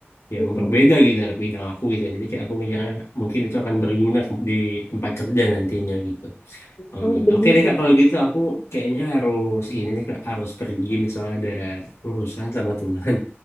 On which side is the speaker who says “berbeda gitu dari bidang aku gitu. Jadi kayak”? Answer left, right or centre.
Left